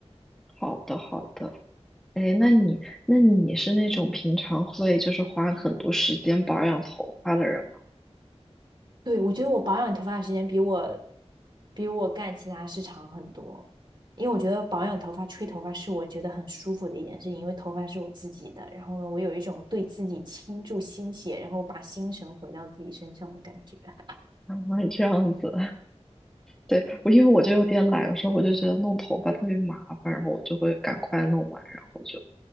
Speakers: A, in the centre; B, on the right (about 45°).
A: 好的好的。哎，那你那你是那种平常会就是花很多时间保养头发的人吗？
B: 对，我觉得我保养头发的时间比我比我干其他事长很多，因为我觉得保养头发、吹头发是我觉得很舒服的一件事情，因为头发是我自己的。然后呢，我有一种对自己倾注心血，然后把心神回到自己身上的感觉。<laughs>
A: 啊，<laughs> 这样子。对，我因为我就有点懒，有时候我就觉得弄头发特别麻烦，然后我就会赶快弄完，然后就。